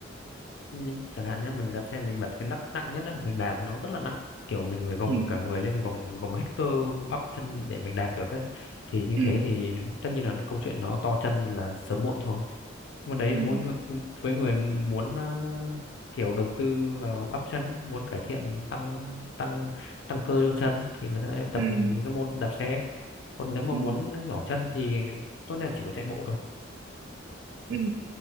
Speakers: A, on the left; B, on the right.
A: nhưng chẳng hạn nhé mình đạp xe mình bật cái nấc nặng nhất á, mình đạp nó rất là nặng kiểu mình phải gồng
B: ừ
A: cả người lên gồng gồng hết cơ bắp chân để mình đạp được ấy thì như
B: ừ
A: thế thì tất nhiên là câu chuyện nó to chân là sớm muộn thôi môn đấy
B: ừ
A: là mỗi người, với người muốn ờ, kiểu đầu tư vào bắp chân muốn cải thiện tăng tăng tăng cơ cho chân thì người ta sẽ tập
B: ừ
A: cái môn đạp xe còn nếu mà
B: ừ
A: muốn nhỏ chân thì tốt nhất là chỉ có chạy bộ thôi
B: ừ.